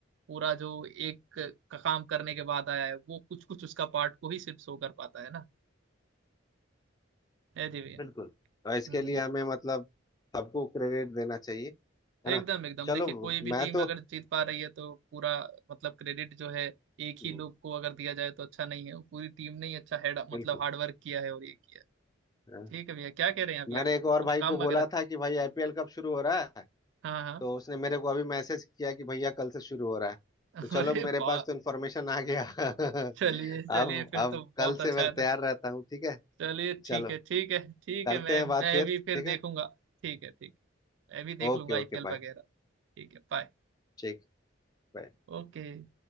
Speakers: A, on the right; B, on the left.
A: पूरा जो एक का काम करने के बाद आया है वो कुछ कुछ उसका पार्ट को ही सिर्फ शो कर पाता है ना है जी भैया
B: बिल्कुल और इसके
A: हम्म
B: लिए
A: हम्म।
B: हमें मतलब सबको क्रेडिट देना चाहिए है
A: एकदम
B: ना
A: एकदम
B: चलो
A: देखिए कोई भी
B: मैं
A: टीम
B: तो
A: अगर जीत पा रही है तो पूरा मतलब क्रेडिट जो है एक
B: हम्म,
A: ही लोग को अगर दिया जाए तो अच्छा नहीं है वो पूरी टीम ने ही अच्छा हेड
B: बिल्कुल
A: मतलब हार्डवर्क किया है और ये किया है
B: हाँ।
A: ठीक है भैया क्या कह रहे हैं अभी
B: मैंने
A: आप
B: एक और
A: कुछ
B: भाई
A: काम
B: को बोला
A: वगैरह
B: था कि भाई आईपीएल कब शुरू हो रहा है
A: हाँ हाँ
B: तो उसने मेरे को अभी मैसेज किया कि भैया कल से शुरू हो रहा है
A: <laughs>
B: तो चलो
A: अरे
B: मेरे
A: वाह
B: पास तो इन्फॉर्मेशन आ गया <laughs>
A: चलिए
B: अब
A: चलिए फिर
B: अब
A: तो बहुत
B: कल
A: अच्छा
B: से मैं
A: है
B: तैयार
A: तो
B: रहता हूँ ठीक है
A: चलिए
B: चलो
A: ठीक है ठीक है ठीक
B: करते
A: है मैं
B: हैं
A: मैं
B: बात फिर
A: भी फिर
B: ठीक
A: देखूंगा
B: है
A: ठीक है ठीक है मैं भी देख
B: Okay
A: लूंगा आईपीएल
B: okay bye
A: वगैरह ठीक है बाय
B: ठीक बाय
A: ओके